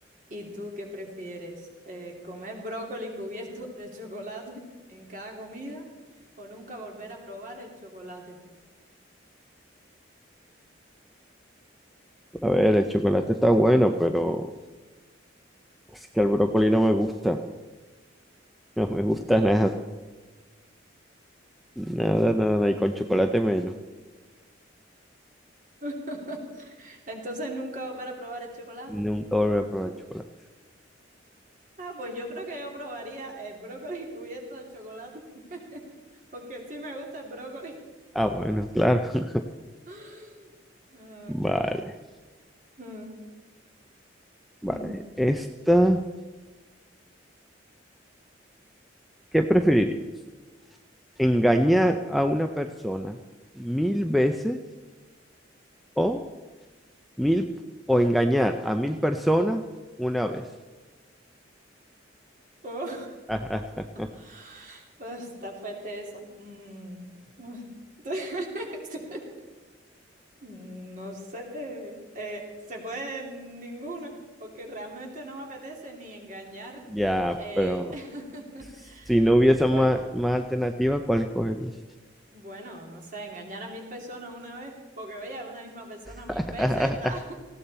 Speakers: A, on the right; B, in the centre.
A: ¿y tú qué prefieres? Eh, ¿comer brócoli cubierto de chocolate <laughs> en cada comida o nunca volver a probar el chocolate?
B: A ver, el chocolate está bueno, pero es que el brócoli no me gusta. No me gusta nada, nada, nada, nada. Y con chocolate menos.
A: <laughs> Entonces, nunca volver a probar el chocolate.
B: Nunca volveré a probar chocolate.
A: Ah, pues yo creo que yo probaría el brócoli cubierto de chocolate, <laughs> porque sí me gusta el brócoli.
B: Ah, bueno, claro. <laughs>
A: <laughs> Ah,
B: Vale,
A: ok. Mm,
B: vale.
A: mm.
B: Esta, ¿qué preferirías? ¿Engañar a una persona mil veces o mil o engañar a mil personas una vez?
A: Oh.
B: <laughs>
A: <laughs> Pues, está fuerte eso. Mm. <laughs> No sé. Eh, se puede ninguna, porque realmente no me apetece ni engañar.
B: Ya,
A: Eh,
B: pero
A: <laughs>
B: si no hubiese
A: Bueno.
B: más, más alternativa, ¿cuál escogerías?
A: Bueno, no sé, engañar a mil personas una vez, porque oye, a una misma persona
B: <laughs>
A: mil veces está,